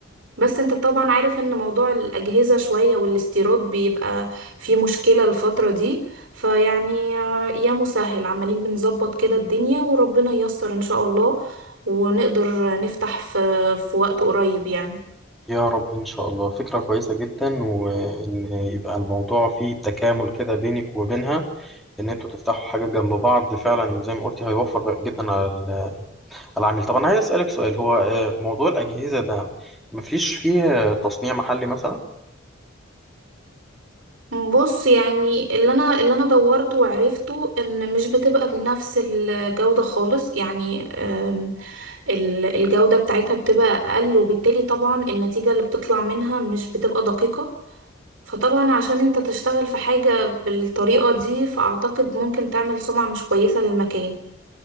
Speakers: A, on the right; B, in the centre.
A: بس انت طبعا عارف ان موضوع الاجهزة شوية والاستيراد بيبقى فيه مشكلة الفترة دي فيعني آه، يا مسهل عمالين بنظبط كده الدنيا وربنا ييسر ان شاء الله ونقدر نفتح في في وقت قريب يعني
B: يا رب إن شاء الله فكرة كويسة جدا وإن يبقى الموضوع فيه تكامل كده بينك وبينها ان انتوا تفتحوا حاجه جنب بعض فعلا زي ما قلتي هيوفر جدا على ال- على العميل طب انا عايز اسالك سؤال هو آه، موضوع الاجهزه ده مفيش فيه آه، تصنيع محلي مثلا
A: بص يعني اللي انا اللي انا دورته وعرفته ان مش بتبقى بنفس الجودة خالص يعني آم، ال- الجودة بتاعتها بتبقى اقل وبالتالي طبعا النتيجة اللي بتطلع منها مش بتبقى دقيقة فطبعا عشان انت تشتغل في حاجة بالطريقة دي فاعتقد ممكن تعمل سمعة مش كويسة للمكان